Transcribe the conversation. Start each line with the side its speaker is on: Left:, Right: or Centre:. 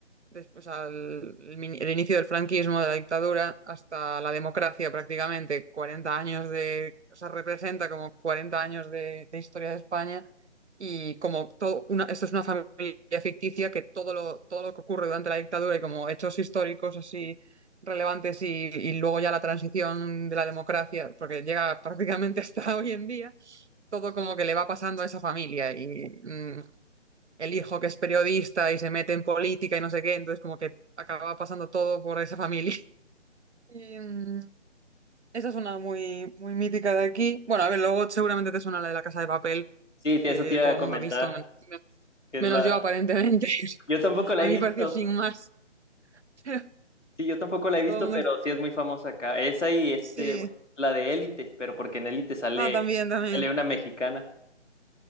Right: des- o sea, el, el min- el inicio del franquismo, de la dictadura, hasta la democracia prácticamente, 40 años de, o sea, representa como 40 años de, de historia de España y como todo una, esto es una familia ficticia que todo lo, todo lo que ocurre durante la dictadura y como hechos históricos así relevantes y, y luego ya la transición de la democracia, porque llega prácticamente <laughs> hasta hoy en día, todo como que le va pasando a esa familia y mm, el hijo que es periodista y se mete en política y no sé qué, entonces como que acaba pasando todo por esa familia. <laughs> Y, mm, esa es una muy, muy mítica de aquí. Bueno, a ver, luego seguramente te suena la de la Casa de Papel,
Left: Sí, sí,
Right: que
Left: eso te iba
Right: todo
Left: a
Right: el
Left: comentar,
Right: mundo ha visto, men- men-
Left: que
Right: menos,
Left: es la,
Right: yo aparentemente. <laughs>
Left: yo tampoco la
Right: A
Left: he
Right: mí
Left: visto.
Right: me pareció sin más, <laughs> pero
Left: Sí, yo tampoco la he visto,
Right: todo el mundo...
Left: pero
Right: es-
Left: sí es muy famosa acá. Esa y este,
Right: Sí.
Left: la de Élite, pero porque en Élite sale,
Right: Ah, también, también.
Left: sale una mexicana,